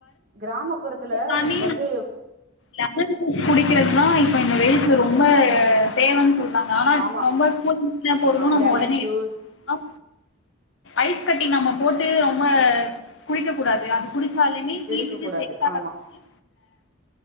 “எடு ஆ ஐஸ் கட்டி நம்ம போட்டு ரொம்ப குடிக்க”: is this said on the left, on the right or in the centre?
Left